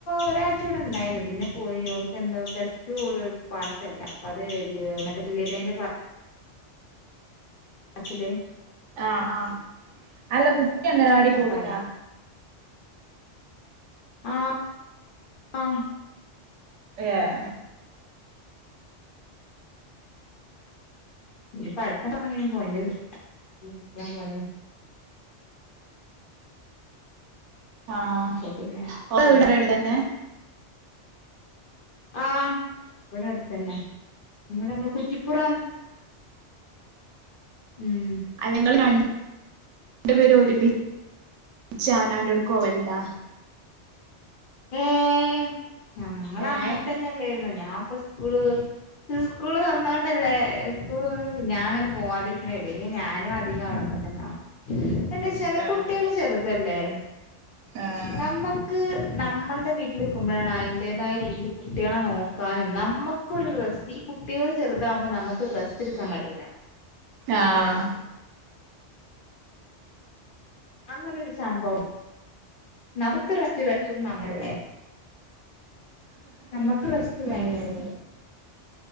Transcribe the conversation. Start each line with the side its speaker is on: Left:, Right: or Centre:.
Left: ഒരാഴ്ച ഇവിടെ ഇണ്ടായിന്ന് പിന്നെ പോയി ഓൾക്കെ എന്തോ പസ്റ്ററ്റൂ പാസല്ല അത് <unintelligible> മറ്റ തുല്യതിന്റ അച്ചിലേ
Right: ആഹ് ആഹ് അല്ല കുട്ടി അംഗ ലവാടി
Left: അപ്പൊ
Right: പോകുന്നുണ്ടോ?
Left: അയിന് ആഹ ആഹ
Right: ഏഹ
Left: ഇനിയിപ്പ അടുത്ത തവണ പൊല് പോയി പോലെ
Right: ആഹ
Left: അപ്പൊ പിന്നെ
Right: ഇവിടെതന്നെ.
Left: ഉം ആഹ് ഇവിടെ അടുത്തന്നെ. ഇങ്ങെടെമ്മളെ കുച്ചിപ്പുറം ഉം
Right: അല്ലെ ങ്ങള് രണ്ട് പേരും ഒരുമിച്ച് അവനാന്റാേട്ക്കോവല്ണ്ടാ
Left: ഏം ഞങ്ങളങ്ങനത്തന്നെ
Right: ഏഹ്
Left: ല്ലേര്ന്നോ ഞാപ്പ സ്കൂള് ഇസ്കൂള് തൊർന്നാേണ്ടല്ലേ സ്കൂൾ ഞാങ്ങെനെ പോവാതിരിക്ക്ണെ അല്ലെങ്കി ഞാനും അധികം അവ്ടൊക്കെ തെന്നാ എന്താച്ചാല്
Right: ആഹ്
Left: കുട്ട്യേള് ചെറ്തല്ലേ
Right: ആഹ്
Left: നമ്മ ക്ക് നമ്മ ശടെ വീട്ടില്ക്ക്മ്പാെഴാണ് അയ്ന്റേതായ രീതീല് കുട്ട്യേളെ നോക്കാനും നമ്മ ക്കൊര് റെസ്റ്റ് ഈ കുട്ട്യേള് ചെർതാകുമ്പം നമ്മക്ക് റെസ്റ്റ്ട്ക്കാൻ കഴിയിലാ
Right: ആഹ്
Left: അങ്ങെനാെരു സംഭവം നമ്ക്ക് റെസ്റ്റ് വേണെ <unintelligible> നമ്മൾലെ നമ്മക്ക് റെസ്റ്റ് വേണ്ടെയ്ന്
Right: ഉം